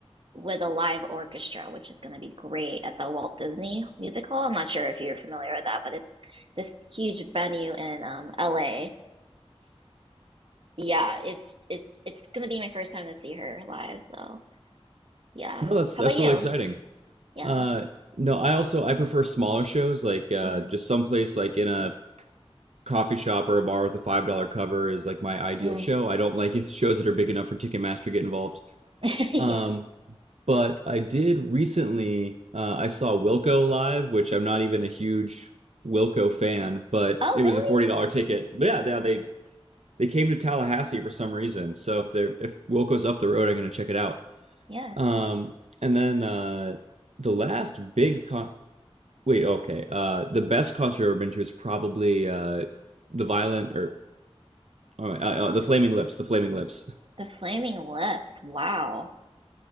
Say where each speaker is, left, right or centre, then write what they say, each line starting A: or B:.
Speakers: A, on the right (about 55°); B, on the right (about 90°).
A: with a live orchestra, which is going to be great at the Walt Disney Music Hall. I'm not sure if you're familiar with that, but it's this huge venue in um, LA yeah, it's it's it's gonna be my first time to see her live, so yeah.
B: No, that's
A: How
B: that's
A: about you?
B: really exciting.
A: Yeah.
B: Uh, no, I also I prefer smaller shows, like uh,
A: Mm,
B: just someplace like in a coffee shop or a bar with a five dollar cover is like my ideal
A: mm.
B: show. I don't like <laughs> shows that are big enough for Ticketmaster to get involved.
A: <laughs> Yeah.
B: Um, But I did recently, uh, I saw Wilco live, which I'm not even a huge Wilco fan, but
A: Oh,
B: it
A: really?
B: was a $40 ticket. But yeah, they, they they came to Tallahassee for some reason. So if they're if Wilco's up the road, I'm gonna check it out.
A: Yeah.
B: Um, and then uh, the last big con wait, okay, uh, the best concert I've ever been to is probably uh, the Violent or oh, uh, uh, the Flaming Lips, the Flaming Lips.
A: The Flaming Lips. Wow.